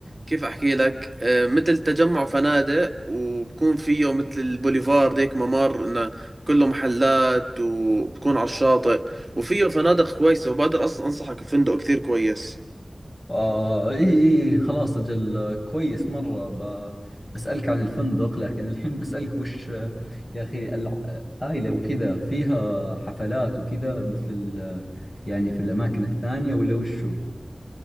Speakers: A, on the right; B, on the left.
A: كيف أحكي لك آه، مثل تجمع فنادق وبكون فيه مثل البوليفارد هيك ممر إنه كله محلات وبكون على الشاطئ وفيه فنادق كويسة وبقدر أص- أنصحك بفندق كتير كويس
B: آه اي اي خلاص اجل آه، كويس مرة ب... بسألك عن الفندق لكن الحين بسألك وش آه يا اخي الع- آيلة وكذا فيها حفلات وكذا مثل ال... يعني في الاماكن الثانية ولا وشو؟